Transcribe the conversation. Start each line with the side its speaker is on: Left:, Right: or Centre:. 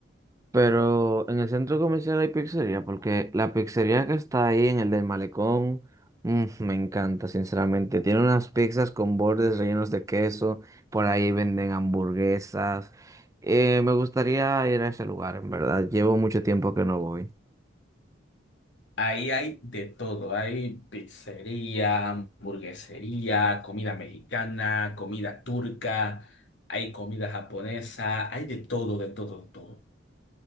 Right: Pero en el centro comercial hay pizzería, porque la pizzería que está ahí en el del malecón, mm, me encanta, sinceramente. Tiene unas pizzas con bordes rellenos de queso, por ahí venden hamburguesas. Eh, me gustaría ir a ese lugar, en verdad. Llevo mucho tiempo que no voy.
Left: Ahí hay de todo. Hay pizzería, hamburguesería, comida mexicana, comida turca, hay comida japonesa, hay de todo, de todo, de todo.